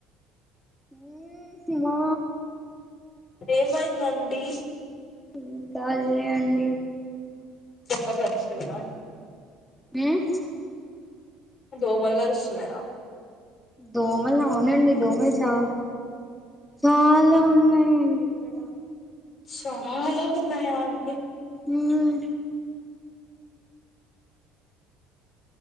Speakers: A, in the centre; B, on the left.
A: హ్మ్మ్ మో
B: ఏమైందండీ
A: ఏం కాలే అండి
B: గొప్ప గా అరుచుకున్నారా
A: మ్
B: దోమలు కరుస్తున్నయా
A: దోమలు అవునండి దోమలు చ చాల ఉన్నాయండి ఇక్కడ
B: చాల ఉన్నాయా అండి
A: ఉమ్